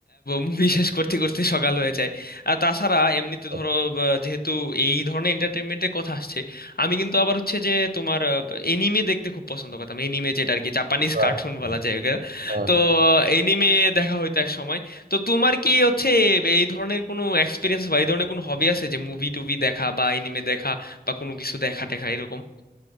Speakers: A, on the left (about 65°); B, on the right (about 60°).
A: মুভি শেষ করতে করতে সকাল হয়ে যায় আর তাছাড়া এমনিতে
B: বাহ
A: ধরো বা, যেহেতু এই ধরনের এন্টারটেনমেন্টের কথা আসছে আমি কিন্তু আবার হচ্ছে যে তোমার এনিমে দেখতে খুব পছন্দ করতাম এনিমে যেটা আর কি জাপানিজ
B: বাহ,
A: কার্টুন
B: বাহ,
A: বলা যায় ওগুলো।
B: হ্যাঁ
A: তো এনিমে দেখা হইতো এক সময় তো তোমার কি হচ্ছে এই ধরনের কোনো এক্সপিরিয়েন্স বা এই ধরনের কোনো হবি আছে যে মুভি টুভি দেখা বা এনিমে দেখা বা কোনো কিছু দেখা টেখা এরকম